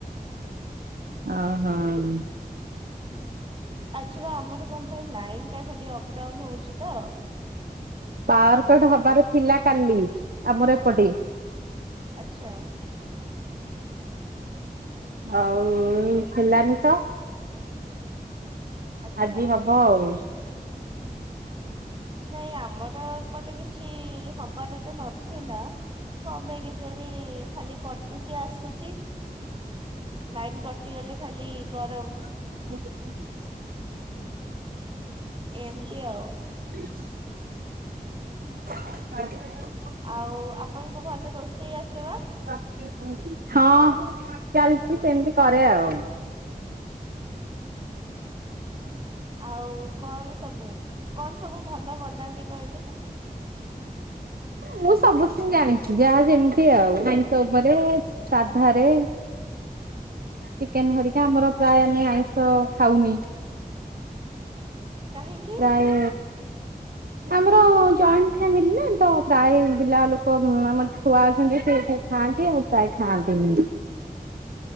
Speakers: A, on the right; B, on the right.
A: ଅ ହଁ।
B: ଆଜି ବା ଆମର କଣ ପାଇଁ ଲାଇନ ଟା ଖାଲି ଅପଡାଉନ ହଉଚି ତ।
A: ପାୱାରକଟ୍ ହବାର ଥିଲା କାଲି ଆମର ଏପଟେ।
B: ଆଚ୍ଛା।
A: ଆଉ ହେଲାନି ତ
B: ଆଚ୍ଛା।
A: ଆଜି ହ ହଉ।
B: ନାଇଁ ଆମର ଏପଟେ କିଛି ହବାର ତ ନଥିଲା କଣ ପାଇଁ କେଜାଣି ଖାଲି କଟୁଛି ଆସୁଛି ଲାଇନ କଟିଗଲେ ଖାଲି ଗରମ।
A: <inaudible>
B: ଏମତି ଆଉ।
A: <unintelligible> <unintelligible>
B: ଆଉ ଆପଣଙ୍କୁ ଭଲ ରୋଷେଇ ଆସେ ବା।
A: ହଁ ଆସେ ହୁଁ। ହଁ ଚାଲଚି ସେମତି କରେ ଆଉ।
B: ଆଉ କଣ ସବୁ କଣ ସବୁ ଭଲ ବନାନ୍ତି କହିଲେ?
A: ମୁଁ ସବୁ କିନ୍ତୁ ଜାଣିଛି ଯାହା ଯେମତି ଆଉ ତା ଆଇଁଷ ଉପରେ ସାଧାରେ। ଚିକେନ ହରିକା ଆମର ପ୍ରାୟେ ଆମେ ଆଇଁଷ ଖାଉନି।
B: କାହିଁକି
A: ପ୍ରାୟେ ଆମର ଜଏଣ୍ଟ ଫ୍ୟାମିଲି ନା ତ ପ୍ରାୟେ ବିଲା ଲୋକ ଉଁ ଆମର ଛୁଆ ଅଛନ୍ତି ଯେ ସେ ଏଠି ଖାଆନ୍ତି ଆଉ ପ୍ରାୟେ ଖାଆନ୍ତିନି।